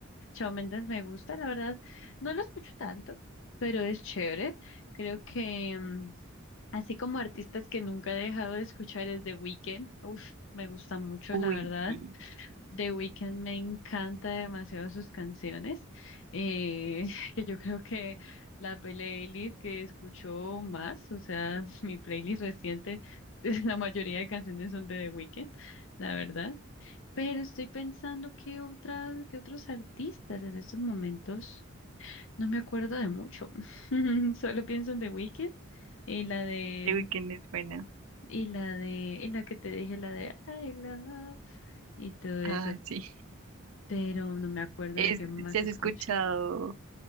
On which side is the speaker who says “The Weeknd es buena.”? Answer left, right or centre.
Right